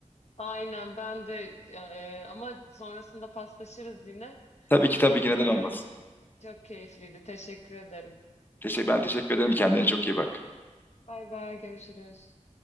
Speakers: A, on the left; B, on the left.
A: aynen ben de e, ama sonrasında paslaşırız yine.
B: Tabii ki tabii ki
A: Ee,
B: neden olmasın.
A: çok keyifliydi. Teşekkür ederim.
B: Teşekkür, ben teşekkür ederim. Kendine çok iyi bak.
A: Bay bay görüşürüz.